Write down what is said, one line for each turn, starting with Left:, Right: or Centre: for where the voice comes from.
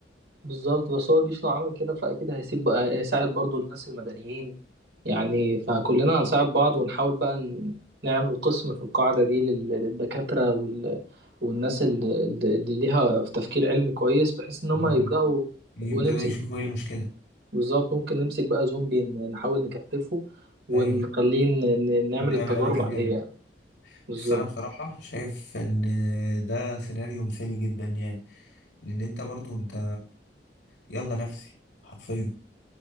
Right: بالظبط بس هو الجيش لو عمل كده فأكيد هيسيب بقى هيساعد برضو الناس المدنيين يعني فكلنا هنساعد بعض ونحاول بقى ن- نعمل قسم في القاعدة دي لل- للدكاترة وال... والناس اللي, اللي ليها في تفكير علمي كويس بحيث إن هم
Left: مم.
Right: يبدأوا
Left: يبتدوا
Right: ونمسك
Left: يشوفوا إيه المشكلة
Right: بالظبط ممكن نمسك بقى زومبي ن- نحاول نكتفه ونخليه
Left: أيوه
Right: ن... ن- نعمل
Left: نعمل
Right: التجارب
Left: عليه تجارب
Right: عليه يعني بالظبط
Left: بس أنا بصراحة شايف إن ده سيناريو مثالي جدا يعني لأن أنت برضو أنت يلا نفسي حرفيا